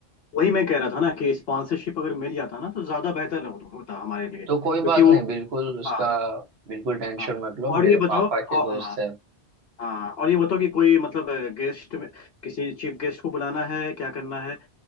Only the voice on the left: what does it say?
वही मैं कह रहा था ना कि स्पॉन्सरशिप अगर मिल जाता ना तो ज्यादा बेहतर हो- होता हमारे लिए
क्योंकि
वो
हाँ
हाँ
और
ये बताओ
और
हाँ
हाँ और ये बताओ कि कोई मतलब गेस्ट में किसी चीफ गेस्ट को बुलाना है क्या करना है